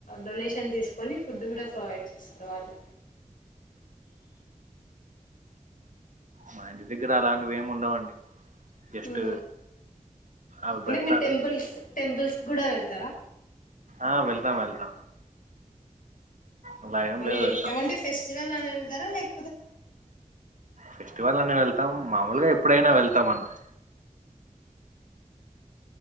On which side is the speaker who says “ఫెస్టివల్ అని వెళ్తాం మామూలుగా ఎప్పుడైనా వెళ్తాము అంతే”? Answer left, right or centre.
Right